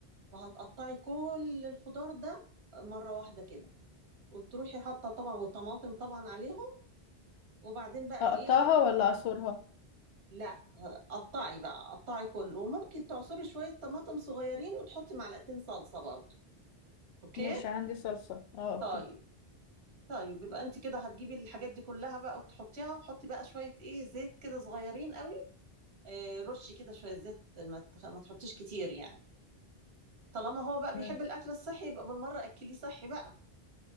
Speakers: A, on the right; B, on the left.
A: وهتقطعي كل الخضار ده مرة واحدة كده وتروحي حاطة طبعا والطماطم طبعا عليهم وبعدين بقى
B: اقطعها
A: ايه
B: ولا اعصرها
A: لا قطعي بقى قطعي كله وممكن تعصري شوية طماطم صغيرين وتحطي معلقتين صلصة برضه اوكي
B: ماشي عندي صلصة اه اوكي
A: طيب طيب يبقى انت كده هتجيبي الحاجات دي كلها بقى وتحطيها وحطي بقى شوية ايه زيت كده صغيرين قوي اه رشي كده شوية زيت ما, تخ... ما تحطيش كتير يعني طالما هو بقى
B: تمام
A: بيحب الاكل الصحي يبقى بالمرة اكليه صحي بقى